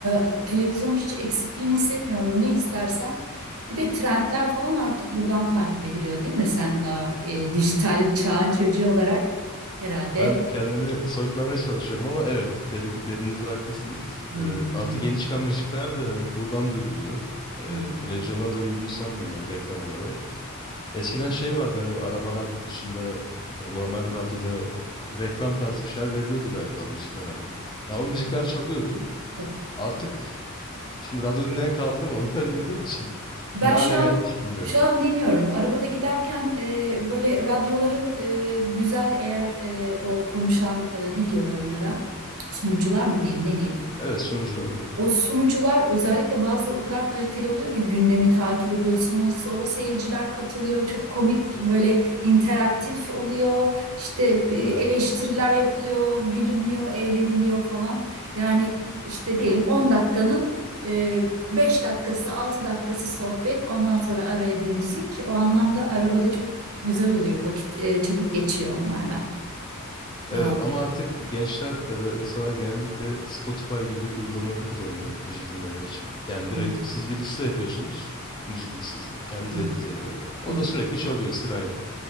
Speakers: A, on the right; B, on the left.
A: e, televizyon hiç eksikliğini hissetmiyorum. Ne istersem. Bir de trendler falan artık buradan takip ediliyor değil mi? Sen daha e, dijital çağın çocuğu olarak herhalde.
B: Ben kendimi soyutlamaya çalışıyorum ama evet dedi, dediğinizde haklısınız.
A: Hı hı.
B: E, artık yeni çıkan müzikler de hani buradan duyuruluyor. E,
A: Evet,
B: televizyondan duyurulduğunu sanmıyorum yani reklam olarak. Eskiden şey vardı hani araba radyosunda ya da normal bir radyoda e, reklam tarzı bir şeyler veriliyordu galiba müzikler hakkında. Ya o müzikler çalıyordu.
A: Tabii.
B: Artık şimdi radyo dinleyen kaldı mı <laughs> onu da bilmediğim için <laughs>
A: Ben
B: ne hale
A: şu an
B: geldi hiç bilmiyorum.
A: şu an dinliyorum. Arabada giderken e, böyle radyoların e, güzel eğer e, o konuşan e, ne diyorlar onlara? Sunucular mı diyeyim ne diyeyim?
B: Evet sunucular olur.
A: O sunucular özellikle bazıları o kadar kaliteli oluyor ki gündemi takip ediyorsunuz. Sonra seyirciler katılıyor. Çok komik böyle interaktif oluyor. İşte bir
B: Evet.
A: eleştiriler yapılıyor, gülünüyor, eğleniliyor falan. Yani işte diyelim 10 dakikanın e, 5 dakikası, 6 dakikası sohbet. Ondan sonra araya bir müzik. O anlamda arabada çok güzel oluyor. Vakit e, çabuk geçiyor onlarla. Devam.
B: Evet ama artık gençler ya da insanlar genellikle Spotify gibi uygulamaları kullanıyor müzik dinlemek için. Yani
A: hı.
B: direkt siz bir liste yapıyorsunuz. Müzik listesi kendi zevkinize
A: Hı hı.
B: göre. O
A: Hı hı.
B: da sürekli çalıyor sırayla.